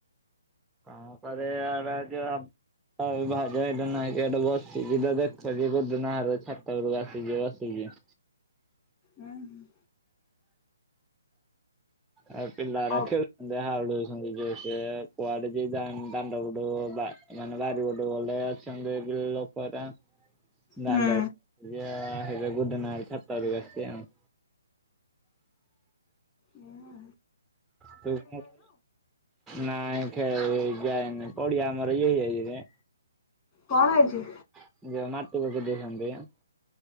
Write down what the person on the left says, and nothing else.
ହୁଁ ହୁଁ।
ଓ
ହୁଁ
ହଁ।
କଣ ହେଇଛି?